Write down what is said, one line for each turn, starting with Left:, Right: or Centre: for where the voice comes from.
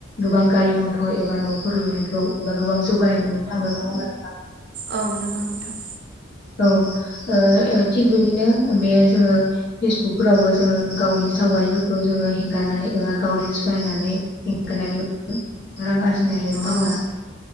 Left: गोबां गारि मथर एबा न'फोर लुनायखौ एबा गोबां जौगानायखौ नुनो थांदों नंङा होमबा नोंथां।
Right: औ नोंगौ नोंथां
Left: औ ओ ओ थिग बेबायदिनो बे जोंङो फेसबुकफोरावबो जोंङो गावनि सावगारिफोरखौ जों जोंङो हगारनानै एबा गाव रिल्स बानायनानै हेंगारनानैबो रां आरजिनो हायो नंङा होमबा?
Right: औ